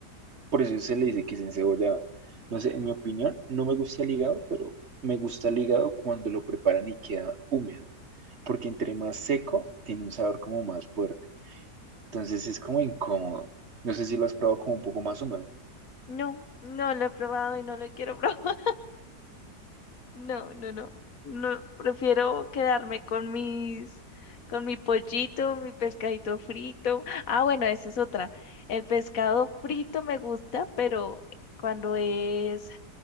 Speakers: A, on the right (about 45°); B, on the left (about 55°).
A: Por eso se le dice que es encebollado. No sé, en mi opinión, no me gusta el hígado, pero me gusta el hígado cuando lo preparan y queda húmedo, porque entre más seco, tiene un sabor como más fuerte. Entonces es como incómodo. No sé si lo has probado como un poco más húmedo,
B: No, no lo he probado y no lo quiero <laughs> probar. No, no, no. No, prefiero quedarme con mis, con mi pollito, mi pescadito frito. Ah, bueno, esa es otra. El pescado frito me gusta, pero cuando es